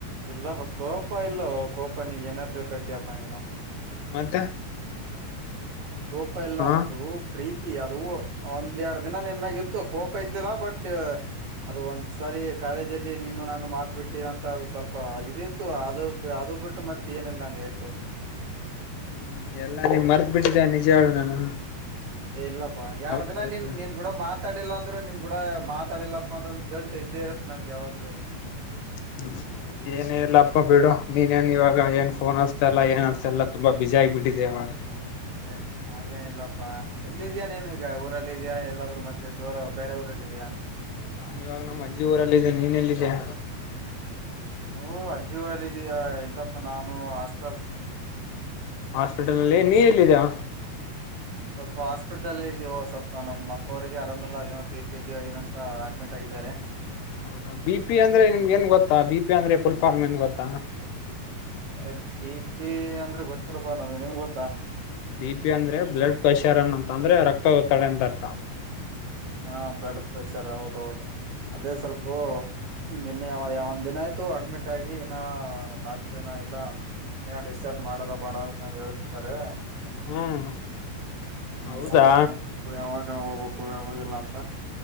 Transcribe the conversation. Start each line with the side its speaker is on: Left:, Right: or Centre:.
Right: ಇಲ್ಲವ ಕೋಪ ಇಲ್ಲೋ ಕೋಪ ನೀ ಏನ ಹಚ್ಚಕತ್ಯಪ್ಪ ನೀನು.
Left: ಮತ್ತ.
Right: ಕೋಪ ಇಲ್ಲ
Left: ಹಾ
Right: ಅದು ಪ್ರೀತಿ. ಪ್ರೀತಿ ಅದು ಒಂದ್ದೇರಡ್ ದಿನ ನಿನ್ನ್ ಮ್ಯಾಗ ಇತ್ತು ಕೋಪ ಇದ್ದಿಲ ಬಟ್. ಅದು ಒಂದ್ ಸಾರಿ ಕಾಲೇಜ್ ಅಲ್ಲಿ ನೀನು ನಾನು ಮಾತ್ ಬಿಟ್ಟಿ ಅಂತ ಅದು ಸ್ವಲ್ಪ ಇದಿತ್ತು ಅದು ಅದು ಬುಟ್ಟು ಮತ್ತ ಏನಿಲ್ಲ ನನ್ಗೆ ಆಯ್ತು
Left: ಹ್ಮ ಎಲ್ಲ ನೀ ಮರ್ತ್ ಬಿಟ್ಟಿದ್ದ ನಿಜ ಹೇಳ ನಾನು
Right: ಇಲ್ಲಪ್ಪ ಯಾರ್
Left: ಮರ್ತ್ಬಿಟ್ಟಿದ್ದೀನಿ
Right: ದಿನ ನೀನ್ ನಿನ್ ಕೂಡ ಮಾತಾಡಿಲ್ಲ ಅಂದ್ರೆ ನಿನ್ ಕೂಡ ಮಾತಾಡಿಲ್ಲ ಮತ್ತೊಂದು ಗೆಲ್ಟ್ ಇದ್ದೇ ಇರುತ್ತೆ ನನ್ಗೆ ಯಾವಾಗ್ದು
Left: ಹ್ಮ <inaudible> ಏನೇ ಇಲ್ಲ ಅಪ್ಪ ಬಿಡು ನೀನೆನ್ ಇವಾಗ ಏನ್ ಫೋನ್ ಅಸ್ತಾಲ್ಲ ಏನ್ ಅನ್ಸ್ತಾಲ್ಲ ತುಂಬಾ ಬಿಜಿ ಆಗ್ಬಿಟ್ಟಿದೆ ಇವಾಗ ಹ
Right: ಏ
Left: <inaudible>
Right: ಹಾಗೇನಿಲ್ಲಪ್ಪಾ ಎಲ್ಲಿದ್ಯಾ ನೀನು ಈಗ ಊರಲ್ಲಿ ಇದ್ಯಾ ಎಲ್ಲಾದ್ರು ಮತ್ತೆ ದೂರ ಬೇರೆ ಊರಲ್ಲ ಇದ್ಯಾ
Left: ನಾನ್ ಇವಾಗ ನಮ್ಮ್ ಅಜ್ಜಿ ಊರಲ್ಲಿದ್ದೇನಿ ನೀನ್ ಎಲ್ಲಿದಿಯಾ
Right: ಹ್ಮ್ ಅಜ್ಜಿ ಊರಲ್ಲ ಇದೀಯಾ ಇಲ್ಲಪ್ಪಾ ನಾನು ಹಾಸ್ಟೆಲ್
Left: ಹಾಸ್ಪಿಟಲ್ ನಲ್ಲಿ ನೀ ಎಲ್ಲಿದ್ಯಾ
Right: ಸ್ವಲ್ಪ ಹಾಸ್ಪಿಟ್ಲ್ ಅಲ್ಲಿ ಇದಿಒ ಸ್ವಲ್ಪ ನಮ್ಮ್ ಅಪ್ಪ ಅವರಿಗೆ ಆರಾಮೆಲ್ಲ ಏನೋ ಬಿ ಪಿ ಎಚ್ಗಂತ ಅಡ್ಮಿಟ್ ಆಗಿದ್ದಾರೆ
Left: ಹೌದಾ ಬಿ ಪಿ ಅಂದ್ರೆ ನಿಮ್ಗೆ ಏನ್ ಗೊತ್ತ ಬಿ ಪಿ ಅಂದ್ರೆ ಫುಲ್ ಫಾರ್ ಏನ್ ಗೊತ್ತ
Right: ಅರೆ ಬಿ ಪಿ ಅಂದ್ರೆ ಗೊತ್ತಿಲ್ಲಪಾ ನಾವ ನಿಮ್ಗೆ ಗೊತ್ತಾ
Left: ಬಿ ಪಿ ಅಂದ್ರೆ ಬ್ಲಡ್ ಪ್ರೆಷರ್ ಅನ್ಂತ ಅಂದ್ರೆ ರಕ್ತದ ಒತ್ತಡ ಅಂತ ಅರ್ಥ
Right: ಹಾ ಬ್ಲಡ್ ಪ್ರೆಷರ್ ಹೌದ ಹೌದು ಅದೇ
Left: ಹ್ಮ್
Right: ಸ್ವಲ್ಪು ಹ್ಮ್ ನ್ನೆ ಯ ಯಾವ ಒಂದ್ ದಿನ ಆಯ್ತು ಅಡ್ಮಿಟ್ ಆಗಿ ಇನ ಡಾಕ್ಟ್ರನ ಇಲ್ಲ ಏನೋ ಡಿಸ್ಚಾರ್ಜ್ ಮಾಡಲ್ಲ ಬೇಡ ಅಂತ ಹೇಳ್ತ್ತಿದ್ದಾರೆ
Left: ಹ್ಮ್
Right: ಹ್ಮ್
Left: ಹೌದಾ
Right: ಅದೇ <unintelligible> ನೋಡ್ಬೇಕು ಯಾವಾಗ ಹೋಗ್ಬೇಕು ಯಾವಾಗಿಲ್ಲ ಅಂತ